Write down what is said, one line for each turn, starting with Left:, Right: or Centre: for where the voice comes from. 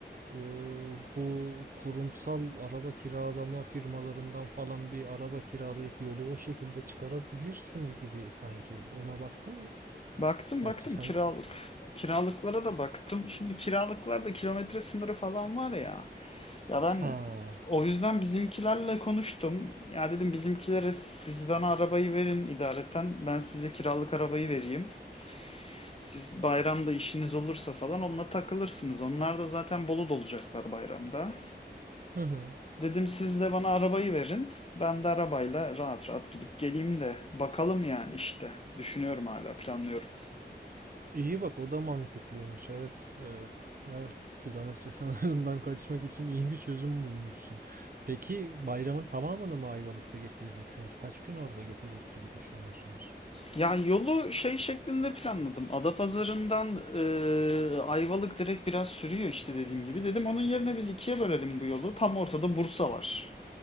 Right: ıı, bu kurumsal araba kiralama firmalarından falan bir araba kiralayıp yolu o şekilde çıkarabilirsin gibi sanki. Ona baktın mı?
Left: Baktım
Right: Gerçi
Left: baktım
Right: sen...
Left: kiralık. Kiralıklara da baktım. Şimdi kiralıklarda kilometre sınırı falan var ya. Ya
Right: <laughs>
Left: ben
Right: Ha.
Left: o yüzden bizimkilerle konuştum. Ya dedim bizimkilere siz bana arabayı verin idareten. Ben size kiralık arabayı vereyim. Siz bayramda işiniz olursa falan onunla takılırsınız. Onlar da zaten Bolu'da olacaklar bayramda.
Right: <laughs> Hı hı.
Left: Dedim siz de bana arabayı verin. Ben de arabayla rahat rahat gidip geleyim de bakalım yani işte. Düşünüyorum hala planlıyorum.
Right: İyi bak o da mantıklıymış evet. Evet. Evet. Kilometre sınırından <laughs> kaçmak için iyi bir çözüm bulmuşsun. Peki bayramın tamamını mı Ayvalık'ta geçireceksiniz? Kaç gün orada geçecek gibi düşünüyorsunuz?
Left: Ya yolu şey şeklinde planladım. Adapazarı'ndan eee Ayvalık direkt biraz sürüyor işte dediğim gibi. Dedim onun yerine biz ikiye bölelim bu yolu. Tam ortada Bursa var.